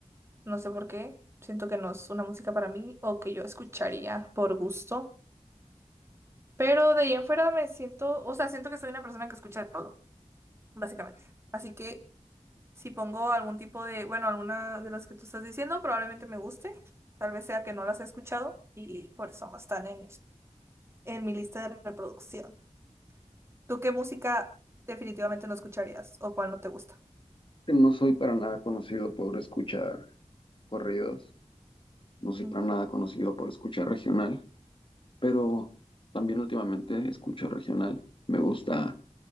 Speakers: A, on the right; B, on the left.
A: No sé por qué. Siento que no es una música para mí o que yo escucharía por gusto. Pero de ahí en fuera me siento, o sea, siento que soy una persona que escucha de todo, básicamente. Así que si pongo algún tipo de, bueno, alguna de las que tú estás diciendo, probablemente me guste. Tal vez sea que no las he escuchado y por eso no están en, en mi lista de reproducción. ¿Tú qué música definitivamente no escucharías o cuál no te gusta?
B: que No soy para nada conocido por escuchar corridos, no soy
A: Mm,
B: para nada conocido por escuchar regional, pero también últimamente escucho regional. Me gusta